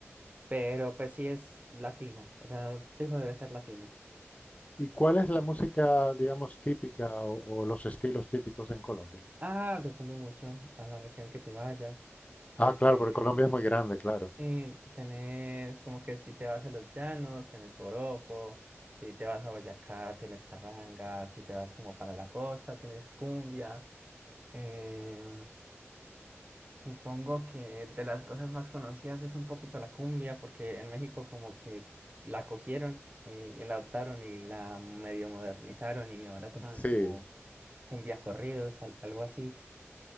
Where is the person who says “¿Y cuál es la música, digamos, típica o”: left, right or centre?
Left